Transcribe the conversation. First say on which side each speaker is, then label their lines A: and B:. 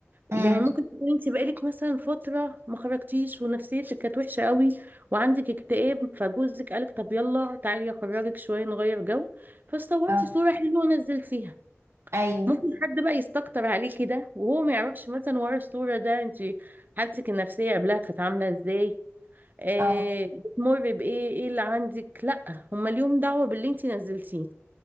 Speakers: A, on the right; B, on the right.
A: امم
B: يعني ممكن تكون انت بقالك مثلا فترة ما خرجتيش ونفسيتك كانت وحشة قوي وعندك اكتئاب فجوزك قالك طب يلا تعالي اخرجك شوية نغير جو فصورتي
A: اه
B: صورة حلوة ونزلتيها
A: ايوه
B: ممكن حد بقى يستكتر عليكي ده وهو ما يعرفش مثلا ورا الصورة ده انت حالتك النفسية قبلها كانت عاملة ازاي آه
A: اه
B: بتمر بايه ايه اللي عندك لا هما ليهم دعوة باللي انت نزلتيه